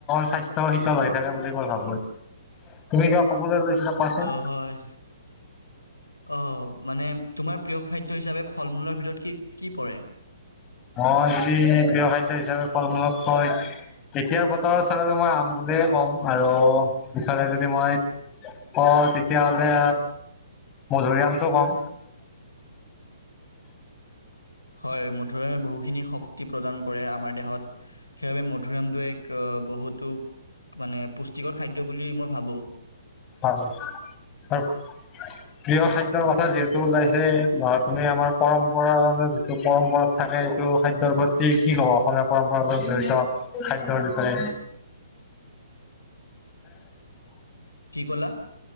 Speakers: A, on the left (about 20°); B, on the left (about 85°).
A: স্বাস্থ্য শীত শীতল হৈ থাকে বুলি মই ভাবো, তুমি কিবা ক'বলৈ লৈছিলা কোৱাচোন
B: অ হয়, অ মানে তোমাৰ প্ৰিয় খাদ্য হিচাপে ফল মূলৰ ভিতৰত কি কি পৰে?
A: মই যদি প্ৰিয় খাদ্য হিচাপে ফল মূলত কও তেতিয়া ত চাই লম মই আম বুলিয়ে ক'ম আৰু ইফালে যদি মই কওঁ তেতিয়াহলে মধুৰি আমটো কম।
B: হয় মধুৰিআমে বহুখিনি শক্তি প্ৰদান কৰে আমাৰ দেহত, সেইবাবে ম মধুৰী আমটোৱে এক বহুত টো মানে পুষ্টিকৰ খাদ্য বুলি মই ভাবোঁ।
A: হয় আৰু প্ৰিয় খাদ্যৰ কথা যিহেতু ওলাইছে, তুমি আমাৰ পৰম্পৰা মানে যিটো পৰম্পৰা থাকে সেইটো খাদ্যৰ প্ৰতি কি কব অসমীয়া পৰম্পৰ লগত জড়িত খাদ্যৰ বিষয়ে।
B: কি ক'লা?